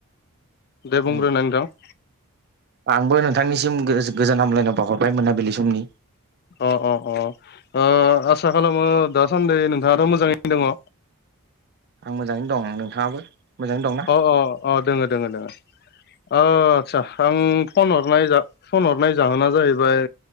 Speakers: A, on the left; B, on the right.
A: दे बुंग्रोनाय
B: उम
A: नोंथां
B: आंबो नोंथांनिसिम गो- गोजान हामलायनायाव बावाहरबाय मोनाबिलि समनि।
A: अ अ अ ओ आसा खालामो दासान्दि नोंथाङाथ' मोजाङैनो दङ।
B: आं मोजाङैनो दं ओं नोंथाङाबो मोजाङै दंना
A: अ अ अ दोङ दङ दङ अ आचसा आं फन हरनाय जा फन हरनाय जाहोना जाहैबाय